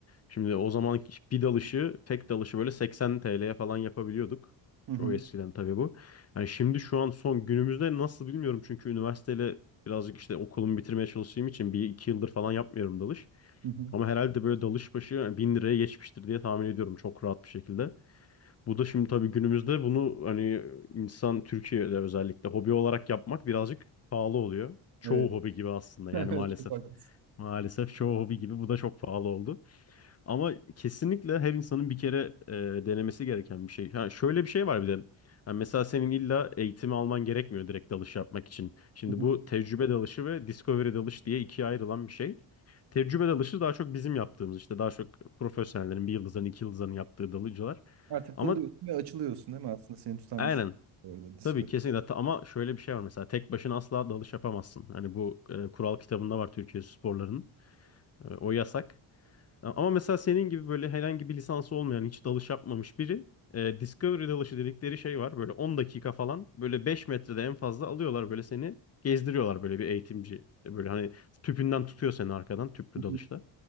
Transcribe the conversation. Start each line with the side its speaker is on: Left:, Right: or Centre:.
Left: Şimdi o zaman bir dalışı, tek dalışı böyle 80 TL'ye falan yapabiliyorduk.
Right: Hı
Left: Çok
Right: hı.
Left: eskiden tabii bu. Yani şimdi şu an son günümüzde nasıl bilmiyorum çünkü üniversiteyle birazcık işte okulumu bitirmeye çalıştığım için bir iki yıldır falan yapmıyorum dalış.
Right: Hı hı.
Left: Ama herhalde böyle dalış başı yani 1000 liraya geçmiştir diye tahmin ediyorum çok rahat bir şekilde. Bu da şimdi tabii günümüzde bunu hani insan Türkiye'de özellikle hobi olarak yapmak birazcık pahalı oluyor. Çoğu
Right: Evet.
Left: hobi
Right: <laughs>
Left: gibi aslında
Right: Evet,
Left: yani maalesef.
Right: çok haklısın.
Left: Maalesef çoğu hobi gibi bu da çok pahalı oldu. Ama kesinlikle her insanın bir kere e, denemesi gereken bir şey. Ha, şöyle bir şey var bir de. Ha, mesela senin illa eğitimi alman gerekmiyor direkt dalış yapmak için. Şimdi
Right: Hı hı.
Left: bu tecrübe dalışı ve discovery dalış diye ikiye ayrılan bir şey. Tecrübe dalışı daha çok bizim yaptığımız işte daha çok profesyonellerin bir yıldızların iki yıldızların yaptığı dalıcılar.
Right: Artık
Left: Ama
Right: dalıyorsun ve açılıyorsun değil mi? Aslında seni tutan
Left: aynen
Right: bir şey yok orada Discord.
Left: tabii kesinlikle Ta- ama şöyle bir şey var mesela tek başına asla dalış yapamazsın. Hani bu e, kural kitabında var Türkiye sporlarının. E, o yasak. Ama mesela senin gibi böyle herhangi bir lisansı olmayan, hiç dalış yapmamış biri e, Discovery dalışı dedikleri şey var. Böyle 10 dakika falan böyle 5 metrede en fazla alıyorlar böyle seni gezdiriyorlar böyle bir eğitimci. E, Böyle hani tüpünden tutuyor seni arkadan tüplü
Right: Hı
Left: dalışla.
Right: hı.